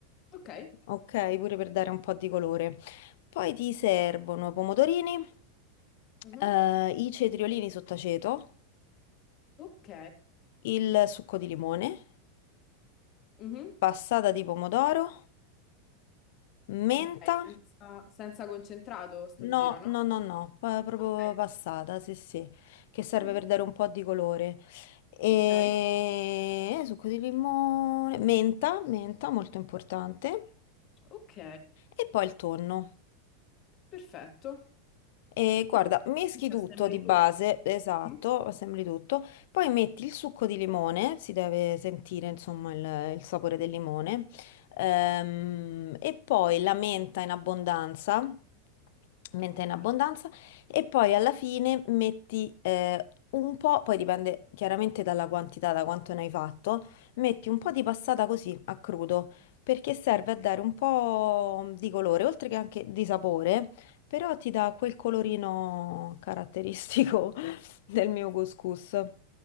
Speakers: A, on the left; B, on the left.
A: ok.
B: Ok, pure per dare un po' di colore. Poi ti servono pomodorini,
A: Mhm.
B: eh, i cetriolini sott'aceto
A: Ok.
B: il succo di limone,
A: Mhm.
B: passata di pomodoro, menta.
A: Ok, senza, senza concentrato sto
B: No,
A: giro, no?
B: no, no, no, pa- proprio
A: Ok.
B: passata, sì, sì, che serve
A: Mhm.
B: per dare un po' di colore. E
A: Ok,
B: eh, succo di limone, menta, menta, molto importante.
A: ok,
B: E poi il tonno.
A: perfetto.
B: E guarda,
A: E poi
B: meschi tutto
A: assembli
B: di base,
A: tutto.
B: esatto,
A: Mm?
B: assembli tutto, poi metti il succo di limone, si deve sentire insomma il, il sapore del limone, ehm, e poi la menta in abbondanza, menta
A: Ok.
B: in abbondanza, e poi alla fine metti eh, un po', poi dipende chiaramente dalla quantità, da quanto ne hai fatto, metti un po' di passata così a crudo, perché serve a dare un po' di colore, oltre che anche di sapore. Però ti dà quel colorino caratteristico <laughs> del mio couscous.